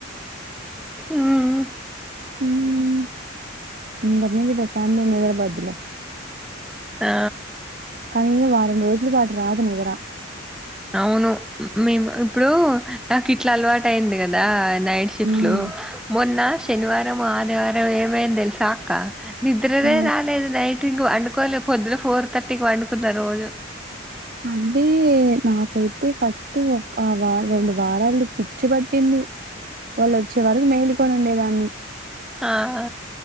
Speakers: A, in the centre; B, on the right.
A: ఉమ్
B: ఉమ్ <unintelligible> నుంచి ప్రశాంతంగా నిద్ర పోద్ధిలే
A: ఆ
B: కానీ వారం రోజులు పాటు రాదు నిద్ర
A: అవును మేము ఇప్పుడు నాకు ఇట్ల అలవాటు అయింది కదా నైట్ షిఫ్ట్లు
B: ఉమ్
A: మొన్న శనివారము ఆదివారము ఏమైందో తెలుసా అక్కా నిద్రనే
B: ఆ
A: రాలేదు నైట్ ఇంక పండుకోలే పొద్దున ఫోర్ థర్టీకి పండుకున్న రోజు
B: అండి నాకైతే ఫస్ట్ ఒక వారం రెండు వారాలు పిచ్చి పట్టింది వాళ్ళు వచ్చే వరకు మైలు కొని ఉండే దాన్ని
A: అ ఆ